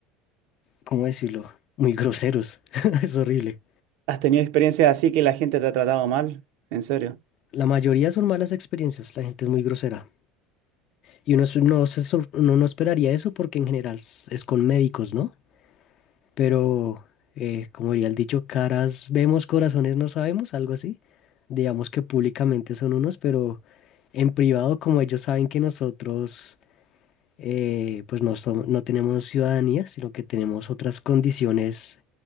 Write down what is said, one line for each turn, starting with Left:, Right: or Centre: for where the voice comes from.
Left: ¿cómo decirlo? Muy groseros. <laughs> Es horrible.
Right: ¿Has tenido experiencias así que la gente te ha tratado mal? ¿En serio?
Left: La mayoría son malas experiencias, la gente es muy grosera. Y uno, es- no se sor- uno no esperaría eso porque en general es es con médicos, ¿no? Pero, eh, como diría el dicho, caras vemos, corazones no sabemos, algo así. Digamos que públicamente son unos, pero en privado, como ellos saben que nosotros, eh, pues no, som- no tenemos ciudadanía, sino que tenemos otras condiciones,